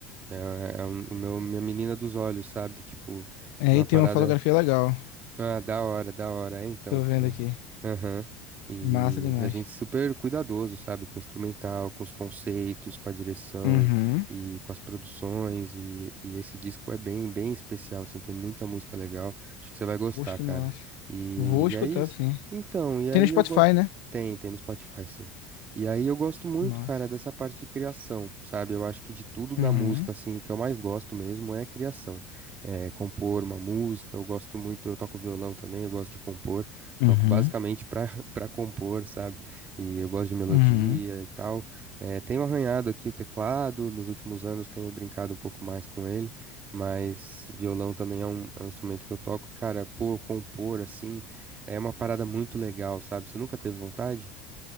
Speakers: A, on the right; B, on the left.
A: é, é é um, o meu, minha menina dos olhos, sabe? Tipo,
B: Aí
A: uma parada.
B: tem uma fotografia legal.
A: Ah, da hora, da hora. É, então.
B: Tô vendo
A: E,
B: aqui.
A: aham. E
B: Massa demais.
A: a gente super cuidadoso, sabe? Com o instrumental, com os conceitos, com a direção
B: Uhum.
A: e com as produções. E, e esse disco é bem, bem especial, assim. Tem muita música legal. Acho que você vai gostar,
B: Poxa, que
A: cara.
B: massa.
A: E,
B: Vou escutar,
A: e é isso.
B: sim.
A: Então, e
B: Tem
A: aí
B: no Spotify,
A: eu gosto.
B: né?
A: Tem, tem no Spotify, sim. E aí eu gosto muito,
B: Massa.
A: cara, dessa parte de criação, sabe? Eu acho que de tudo na
B: Uhum.
A: música, assim, o que eu mais gosto mesmo é a criação eh, compor uma música. Eu gosto muito, eu toco violão também, eu gosto de compor.
B: Uhum,
A: Toco basicamente para <laughs> para compor, sabe? E eu gosto de melodia
B: uhum.
A: e tal. Eh, tenho arranhado aqui o teclado, nos últimos anos tenho brincado um pouco mais com ele, mas violão também é um, é um instrumento que eu toco. E, Cara, pô, compor assim é uma parada muito legal, sabe? Você nunca teve vontade?